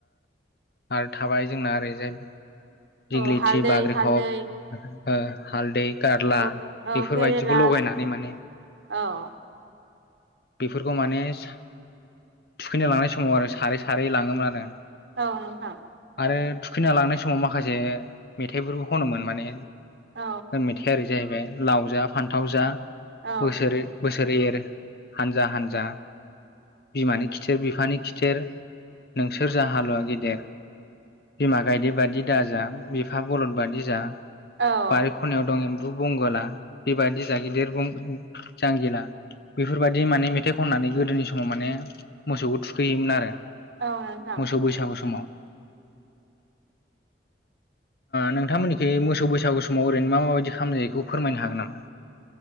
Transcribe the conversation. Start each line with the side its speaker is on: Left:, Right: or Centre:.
Left: आरो थाबाय जोंना ओरैजाय दिगलिथि
Right: औ हालदै
Left: बाग्रिखौब
Right: हालदै
Left: ओ हालदै गारला
Right: औ
Left: बेफोरबायदिखौ
Right: औ केरेला
Left: लगायनानै माने
Right: औ
Left: बेफोरखौ माने थुखैनो लांनाय समाव आरो सारै सारै लाङोमोन आरो
Right: औ नोंथां
Left: आरो थुखैना लांनाय समाव माखासे मेथाइफोरबो खनोमोन माने
Right: औ
Left: मेथाइ आरोखि जाहैबाय लाव जा फान्थाव जा
Right: औ
Left: बोसोर बोसोर एर एर हानजा हानजा बिमानि खिथेर बि बिफानि खिथेर नोंसोर जा हालुवा गेदेर बिमा गायदे बायदि दा जा बिफा बलद बादि जा।
Right: औ
Left: बारि खनायाव दं बो बुंगला बेबायादि जा गिदिर बुं जांगिला बेफोरबायाददि माने मेथाइ खननानै गोदोनि समाव माने मोसौखौ थुखैयोमोन आरो
Right: औ नोंथां
Left: मोसौ बैसागु समाव
Right: बुंथिगिरि फोरखौ खोनानो हायाखै <inaudible>
Left: नोंथांमोननिख मोसौ बैसागु समाव ओरैनो मा माबायदि खालाम जायो बेखौ फोरमायनो हागोन नामा?